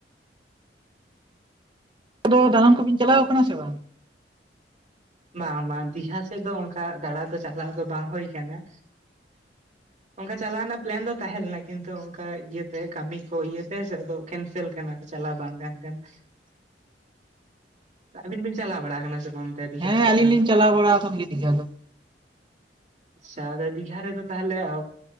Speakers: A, on the right; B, on the right.
A: ᱟᱫᱚ ᱫᱟᱬᱟᱱ ᱠᱚᱵᱤᱱ ᱪᱟᱞᱟᱣ ᱣᱟᱠᱟᱱᱟ ᱥᱮ ᱵᱟᱝ?
B: ᱵᱟᱝ ᱵᱟᱝ ᱫᱤᱜᱷᱟ ᱥᱮᱫ ᱫᱚ ᱚᱱᱠᱟ ᱫᱟᱬᱟ ᱫᱚ ᱪᱟᱞᱟᱣ ᱫᱚ ᱵᱟᱝ ᱦᱩᱭ ᱟᱠᱟᱱᱟ ᱾ ᱚᱱᱠᱟ ᱪᱟᱞᱟᱣ ᱨᱮᱱᱟᱜ ᱯᱮᱞᱮᱱ ᱫᱚ ᱛᱟᱦᱮᱸ ᱞᱮᱱᱟ ᱠᱤᱱᱛᱩ ᱚᱱᱠᱟ ᱤᱭᱟᱹᱛᱮ ᱠᱟᱹᱢᱤ ᱠᱚ ᱤᱭᱟᱹᱛᱮ ᱦᱮ ᱥᱮ ᱠᱮᱱᱥᱮᱞ ᱠᱟᱱᱟ ᱪᱟᱞᱟᱣ ᱵᱟᱝ ᱠᱟᱱ ᱠᱟᱱᱟ ᱾
A: <inaudible>
B: ᱟᱹᱵᱤᱱ ᱵᱤᱱ ᱪᱟᱞᱟᱣ ᱵᱟᱲᱟ ᱠᱟᱱᱟ ᱥᱮ ᱵᱟᱝ? ᱚᱱᱛᱮ ᱫᱤᱜᱷᱟ
A: ᱦᱮᱸ
B: ᱥᱮᱫ
A: ᱟᱹᱞᱤᱧ
B: ᱫᱚ
A: ᱞᱤᱧ ᱪᱟᱞᱟᱣ ᱵᱟᱲᱟ ᱟᱠᱟᱱ ᱜᱮ ᱫᱤᱜᱷᱟ ᱫᱚ ᱾
B: ᱟᱪᱪᱷᱟ ᱟᱫᱚ ᱫᱤᱜᱷᱟ ᱨᱮ ᱫᱚ ᱛᱟᱦᱞᱮ ᱾